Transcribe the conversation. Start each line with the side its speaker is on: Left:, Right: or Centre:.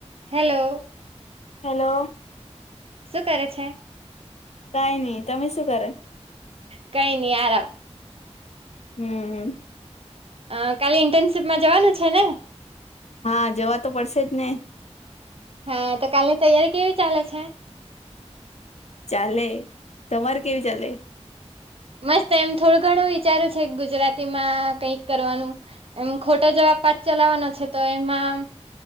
Right: Hello
Left: hello
Right: શું કરે છે?
Left: કઈ નહી તમે શું કર
Right: કઈ નઈ આરામ
Left: હમ હ
Right: અ કાલે ઇન્ટર્નશીપમાં જવાનું છે ને
Left: હા જવા તો પડશે જ ને
Right: હા તો કાલની તૈયારી કેવી ચાલે છે.
Left: ચાલે તમારે કેવી ચાલે
Right: મસ્ત એમ થોડું ઘણું વિચાર્યું છે ગુજરાતીમાં કઈક કરવાનું. એમ ખોટા જેવા પાર્ક ચલાવવાનો છે તો એમાં